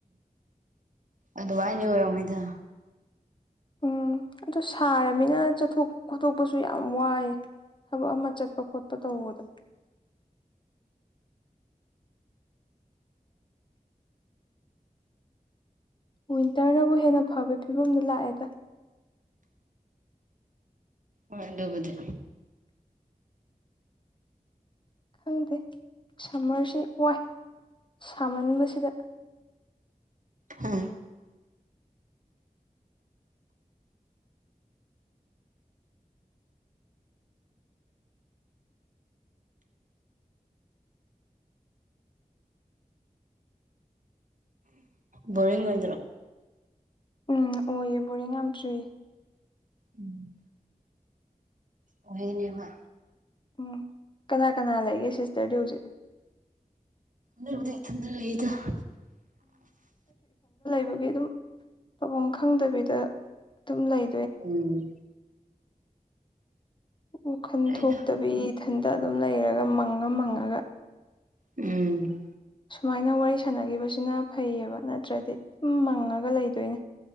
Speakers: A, on the right; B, on the left.
A: ꯑꯗꯨ ꯋꯥꯅꯤ ꯑꯣꯏꯔꯝꯉꯣꯏꯗ
B: ꯎꯝ ꯑꯗꯨ ꯁꯥꯔꯃꯤꯅ ꯆꯠꯊꯣꯛ ꯈꯣꯠꯇꯣꯛꯄꯁꯨ ꯌꯥꯝ ꯋꯥꯏꯌꯦ ꯊꯕꯛ ꯑꯃ ꯆ ꯈꯣꯠꯄ ꯇꯧꯕꯗ ꯋꯤꯟꯇꯔꯅꯕꯨ ꯍꯦꯟꯅ ꯐꯕꯩ ꯐꯤꯕꯝꯗ ꯂꯥꯛꯑꯦꯗ
A: ꯍꯣꯏ ꯑꯗꯨꯕꯨꯗꯤ
B: ꯈꯪꯗꯦ ꯁꯝꯃꯔꯁꯤ ꯋꯥꯏ ꯁꯥꯃꯟꯕꯁꯤꯗ
A: ꯍꯥ ꯕꯣꯔꯤꯡ ꯑꯣꯏꯗ꯭ꯔꯣ
B: ꯎꯝ ꯑꯣꯏꯌꯦ ꯕꯣꯔꯤꯡ ꯌꯥꯝ ꯆꯨꯏ
A: ꯎꯝ ꯑꯣꯏꯍꯅꯤꯕ
B: ꯎꯝ ꯀꯅꯥ ꯀꯅꯥ ꯂꯩꯒꯦ ꯁꯤꯁꯇꯔꯗꯤ ꯍꯨꯖꯤꯛ
A: ꯑꯩꯕꯨꯗꯤ ꯏꯊꯟꯗ ꯂꯩꯗ
B: ꯑꯗꯨꯒꯤ ꯑꯗꯨꯝ ꯇꯧꯕꯝ ꯈꯪꯗꯕꯤꯗ ꯑꯗꯨꯝ ꯂꯩ
A: ꯎꯝ
B: ꯋꯥꯈꯟ
A: ꯂꯩꯗ
B: ꯊꯣꯛꯇꯕꯤ ꯏꯊꯟꯇ ꯑꯗꯨꯝ ꯂꯩꯔꯒ ꯃꯪꯉ ꯃꯪꯉꯒ
A: ꯎꯝ
B: ꯁꯨꯃꯥꯏꯅ ꯋꯥꯔꯤ ꯁꯥꯟꯅꯒꯤꯕꯁꯤꯅ ꯐꯩꯌꯦꯕ ꯅꯠꯇ꯭ꯔꯗꯤ ꯗꯨꯝ ꯃꯪꯉꯒ ꯂꯩꯗꯣꯏꯅꯦ